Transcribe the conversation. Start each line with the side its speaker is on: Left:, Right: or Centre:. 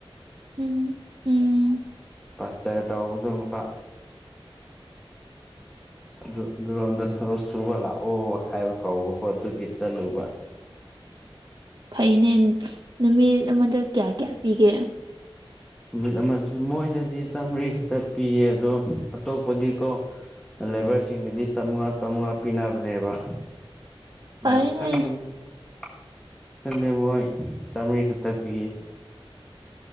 Right: ꯎꯝ ꯎꯝ
Centre: ꯄꯥꯁꯇꯔ ꯇꯥꯎꯕꯗꯣ ꯅꯨꯄꯥ
Right: <unintelligible>
Centre: ꯑꯗꯨ ꯑꯗꯨꯔꯣꯝꯗ ꯊꯕꯛ ꯁꯨꯕ ꯂꯥꯛꯑꯣ ꯍꯥꯏꯕ ꯀꯧꯕꯀꯣ ꯑꯗꯨꯒꯤ ꯆꯠꯂꯨꯕ
Right: ꯐꯩꯅꯦ ꯅꯨꯃꯤꯠ ꯑꯃꯗ ꯀꯌꯥ ꯀꯌꯥ ꯄꯤꯒꯦ
Centre: ꯅꯨꯃꯤꯠ ꯑꯃꯓꯦ ꯃꯣꯏꯗꯗꯤ ꯆꯥꯝꯃꯔꯤ ꯈꯛꯇ ꯄꯤꯌꯦ ꯑꯗꯣ ꯑꯇꯣꯞꯄꯗꯤꯀꯣ ꯂꯦꯕꯔꯁꯤꯡꯒꯗꯤ ꯆꯥꯃꯉꯥ ꯆꯥꯝꯃꯉꯥ ꯄꯤꯅꯕꯅꯦꯕ ꯑꯗꫭ
Right: ꯐꯔꯦꯅꯦ
Centre: ꯈꯗꯤ ꯃꫭ-ꯈꯗꯤ ꯃꯣꯏ ꯆꯝꯔꯤ ꯈꯛꯇ ꯄꯤꯌꯦ